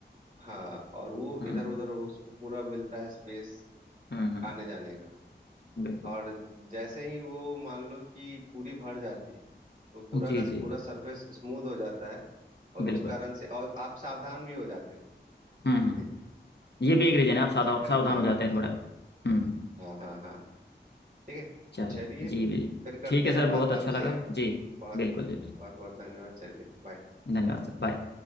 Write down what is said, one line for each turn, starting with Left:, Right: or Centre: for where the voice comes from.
Right: हाँ और वो
Left: हम्म
Right: इधर उधर उसको पूरा मिलता है स्पेस
Left: हम्म हम्म
Right: आने जाने का
Left: बिल्कुल
Right: और जैसे ही वो मान लो कि पूरी भर जाती है तो पूरा
Left: जी
Right: का
Left: जी
Right: पूरा
Left: जी,
Right: सरफेस स्मूथ हो जाता है और उस
Left: बिल्कुल
Right: कारण से और आप सावधान भी हो जाते हो
Left: हम्म हम्म
Right: <laughs>
Left: ये भी एक रीजन है आप साधा
Right: चक्कर
Left: सावधान
Right: में नहीं
Left: हो
Right: गिरता
Left: जाते हैं थोड़ा
Right: हाँ
Left: हम्म
Right: हाँ हाँ हाँ ठीक है
Left: चल
Right: चलिए
Left: जी जी
Right: फिर करते
Left: ठीक है
Right: हैं
Left: सर
Right: बात
Left: बहुत
Right: आपसे
Left: अच्छा लगा
Right: बहुत
Left: जी बिल्कुल
Right: बहुत
Left: जी बिल्कुल
Right: बहुत बहुत धन्यवाद चलिए बाय
Left: धन्यवाद सर बाय